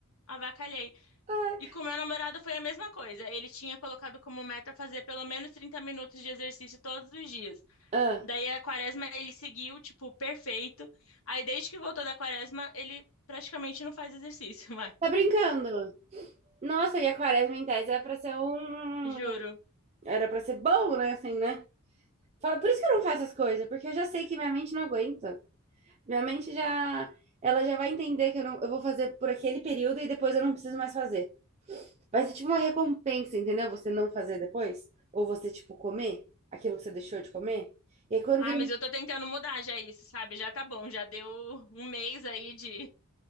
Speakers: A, on the left; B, on the right.
A: avacalhei.
B: Ah,
A: E com o meu namorado foi a mesma coisa. Ele tinha colocado como meta fazer pelo menos 30 minutos de exercício todos os dias.
B: ah,
A: Daí a quaresma ele seguiu, tipo, perfeito. Aí desde que voltou da quaresma, ele praticamente não faz exercício <laughs> mais.
B: tá brincando? Nossa, e a quaresma em tese é pra ser um.
A: Juro.
B: Era pra ser bom, né? Assim, né? Fala, por isso que eu não faço as coisas, porque eu já sei que minha mente não aguenta. Minha mente já, ela já vai entender que eu não, eu vou fazer por aquele período e depois eu não preciso mais fazer. Vai ser tipo uma recompensa, entendeu? Você não fazer depois, ou você tipo comer aquilo que você deixou de comer. E aí quando
A: Ai,
B: vira,
A: mas eu tô tentando mudar já isso, sabe? Já tá bom, já deu um mês aí de.